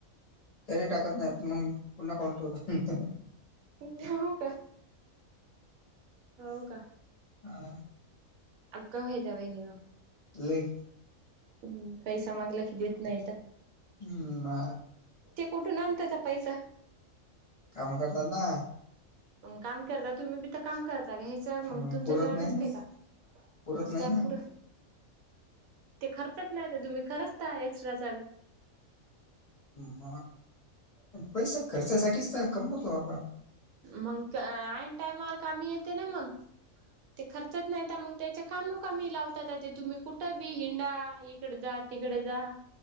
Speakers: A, on the left; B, on the right.
A: तरी टाकत नाहीत मग पुन्हा कॉल होत.
B: हो का हो का
A: हा
B: आग हय जाव हनिमम
A: लइ
B: ह् पैसा मागला की देत नाही तर
A: हम् बा
B: ते कुठून आणबताचा पैसा
A: काम करतात ना
B: मग काम करता तुम्ही बी तर काम कर सग हे चळ मग
A: अं,
B: तुमच्या
A: पुरत
B: जवळ नसते
A: नाही ना
B: का
A: पुरत
B: कसं
A: नाही
B: काय
A: ना
B: पुर ते खर्चच नाही तर तुम्ही खरचता एक्स्ट्रा चा
A: म पैसा खर्चासाठीच तर कमवतो आपण
B: मग न टायमार कामी येते ना मग ते खर्चत नाही मग त्याच्या कामोकामी लावतात ते तुम्ही कुठं बी हिंडा तिकड जा तिकड जा